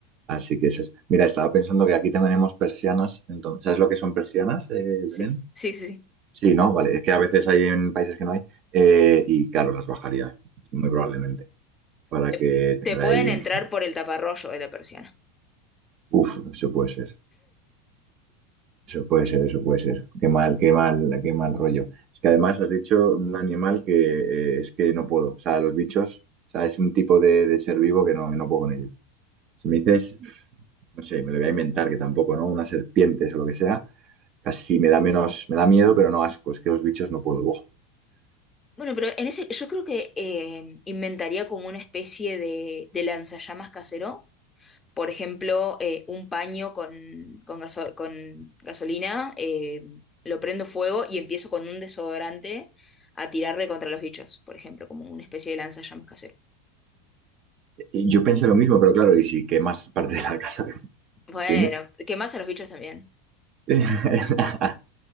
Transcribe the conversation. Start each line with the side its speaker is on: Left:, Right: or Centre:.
Right: Así que eso es. Mira, estaba pensando que aquí tenemos persianas, entonces, ¿sabes lo que son persianas, eh,
Left: Sí,
Right: Belén?
Left: sí, sí, sí.
Right: Sí, ¿no? Vale, es que a veces hay en países que no hay, eh, y claro, las bajaría, muy probablemente, para
Left: Te,
Right: que tenga
Left: te pueden
Right: ahí
Left: entrar
Right: una...
Left: por el taparroyo de la persiana.
Right: Uf, eso puede ser. Eso puede ser, eso puede ser. Qué mal, qué mal, qué mal rollo. Es que además has dicho un animal que eh, es que no puedo. O sea, los bichos, o sea, es un tipo de, de ser vivo que no, que no puedo con ellos. Si me dices, no sé, me lo voy a inventar, que tampoco, ¿no? Unas serpientes o lo que sea, casi me da menos, me da miedo, pero no asco. Es que los bichos no puedo. Buah.
Left: Bueno, pero en ese, yo creo que eh, inventaría como una especie de, de lanzallamas casero. Por ejemplo, eh, un paño con, con, gaso- con gasolina, eh, lo prendo fuego y empiezo con un desodorante a tirarle contra los bichos, por ejemplo, como una especie de lanzallamas casero.
Right: Y yo pensé lo mismo, pero claro, ¿y si quemas parte de la casa? <laughs>
Left: Bueno,
Right: ¿Entiendes?
Left: quemás a los bichos también.
Right: <laughs>